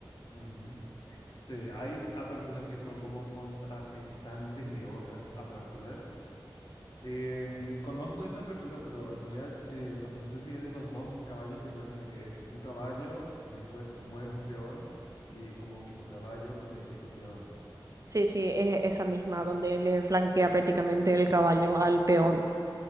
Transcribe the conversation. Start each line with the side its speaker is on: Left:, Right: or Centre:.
Left: Ujú. Sí, hay aperturas que son como contrarrestantes de otras aperturas. Em, conozco esa apertura, pero en realidad eh, no, no sé si es de los dos caballos primero, sino que es un caballo y después mueves un peón y como que tu caballo protege tu peón.
Right: Sí, sí, es esa misma, donde le flanquea prácticamente el caballo al peón.